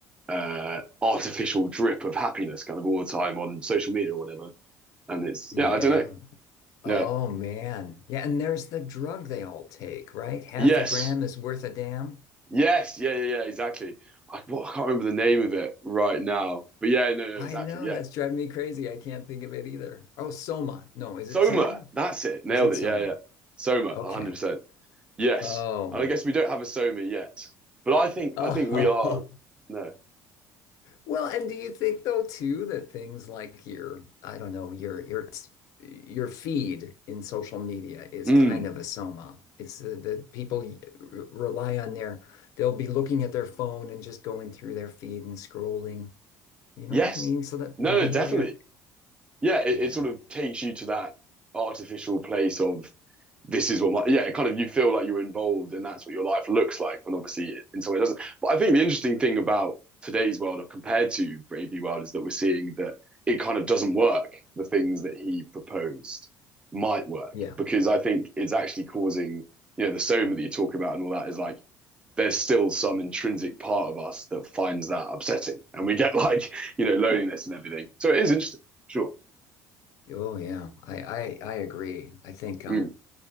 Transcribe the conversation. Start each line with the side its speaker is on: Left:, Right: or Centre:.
Right: uh, artificial drip of happiness kind of all the time on social media or whatever. And it's
Left: yeah.
Right: yeah, I don't know.
Left: Oh
Right: Yeah.
Left: man. Yeah, and there's the drug they all take, right? Half
Right: Yes.
Left: a gram is worth a damn.
Right: Yes. Yeah. Yeah. Yeah. Exactly. I, well, I can't remember the name of it right now, but yeah, no, no,
Left: I
Right: exactly.
Left: know
Right: Yeah.
Left: that's driving me crazy. I can't think of it either. Oh, Soma. No, is
Right: Soma.
Left: it Soma?
Right: That's it. Nailed
Left: Is it
Right: it.
Left: Soma?
Right: Yeah. Yeah. Soma.
Left: Okay.
Right: one hundred percent. Yes.
Left: Oh,
Right: And I guess we don't have a Soma yet, but I think
Left: wow.
Right: I think we are.
Left: <laughs>
Right: No.
Left: Well, and do you think though too that things like your, I don't know, your your your feed in social media is
Right: Mm.
Left: kind of a soma. It's the, the people y- re- rely on their, they'll be looking at their phone and just going through their feed and scrolling. You know
Right: Yes.
Left: what I mean? So that
Right: No,
Left: the behavior,
Right: no, definitely. Yeah, it,
Left: yeah,
Right: it sort of takes you to that artificial place of this is what my yeah, it kind of you feel like you're involved and that's what your life looks like, when obviously it, in some way it doesn't. But I think the interesting thing about today's world or compared to Brave New World is that we're seeing that it kind of doesn't work. The things that he proposed might work
Left: yeah,
Right: because I think it's actually causing, you know, the soma that you talk about and all that is like there's still some intrinsic part of us that finds that upsetting and we get <laughs> like you know loneliness and everything so it is interesting sure
Left: oh yeah, I I, I agree. I think um.
Right: Mm.